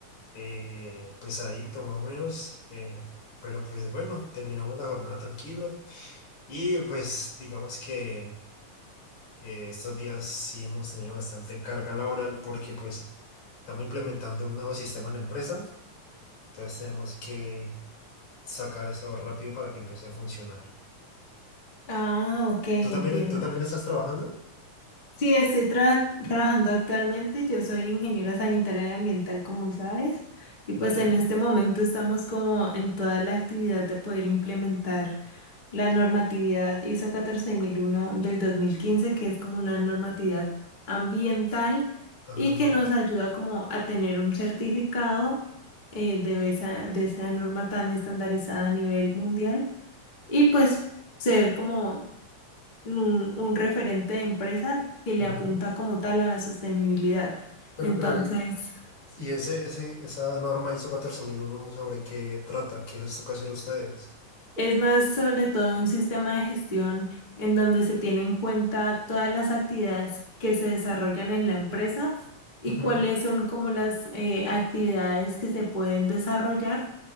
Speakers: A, on the left; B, on the left.
A: eh, pesadito más o menos, eh, pero pues bueno, terminamos la jornada tranquilos y pues digamos que eh, estos días sí hemos tenido bastante carga laboral porque pues estamos implementando un nuevo sistema en la empresa, entonces tenemos que sacar eso rápido para que empiece a funcionar.
B: Ah, ok, entiendo.
A: ¿Tú también, tú también estás trabajando?
B: Sí, estoy tra- trabajando actualmente. Yo soy ingeniera sanitaria y ambiental, como sabes. Y pues
A: Ujú,
B: en este momento estamos como en toda la actividad de poder implementar La normatividad ISO 14001 del 2015, que es como una normatividad ambiental
A: Ajá.
B: y que nos ayuda como a tener un certificado eh, de esa, de esa norma tan estandarizada a nivel mundial y pues ser como un, un referente de empresa que le
A: ujú.
B: apunta como tal a la sostenibilidad.
A: Pero,
B: Entonces,
A: pero, y, y ese, ese, esa norma ISO catorce mil uno sobre qué trata, qué les toca hacer a ustedes.
B: Es más sobre todo un sistema de gestión en donde se tiene en cuenta todas las actividades que se desarrollan en la empresa y
A: Ujú.
B: cuáles son como las eh, actividades que se pueden desarrollar